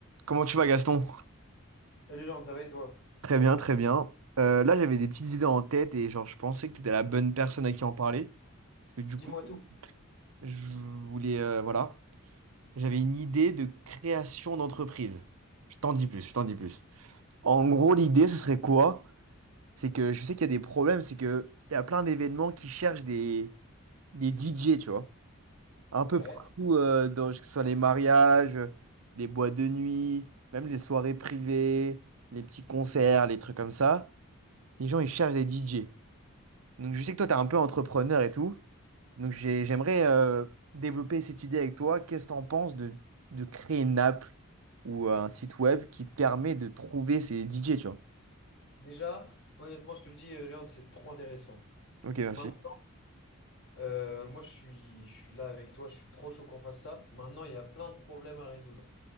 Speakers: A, on the right; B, on the left.
A: Comment tu vas, Gaston?
B: Salut Léon, ça va et toi?
A: Très bien, très bien. Euh, là, j'avais des petites idées en tête et genre, je pensais que tu étais la bonne personne à qui en parler. Parce que du
B: Dis-moi
A: coup,
B: tout.
A: je voulais, euh, voilà, j'avais une idée de création d'entreprise. Je t'en dis plus, je t'en dis plus. En gros, l'idée, ce serait quoi? C'est que je sais qu'il y a des problèmes, c'est que il y a plein d'événements qui cherchent des, des DJ, tu vois. Un
B: Ouais,
A: peu partout, euh, dans, que ce soit les mariages, euh, les boîtes de nuit, même les soirées privées, les petits concerts, les trucs comme ça. Les gens, ils cherchent des DJ. Donc, je sais que toi, tu es un peu entrepreneur et tout. Donc, j'ai- j'aimerais euh, développer cette idée avec toi. Qu'est-ce que tu en penses de, de créer une app ou euh, un site web qui permet de trouver ces DJ, tu vois?
B: Déjà, honnêtement, je te le dis, euh, Léon, c'est trop intéressant.
A: Ok, merci.
B: Maintenant, euh, moi, je suis, je suis là avec toi, je suis trop chaud qu'on fasse ça. Maintenant, il y a plein de problèmes à résoudre.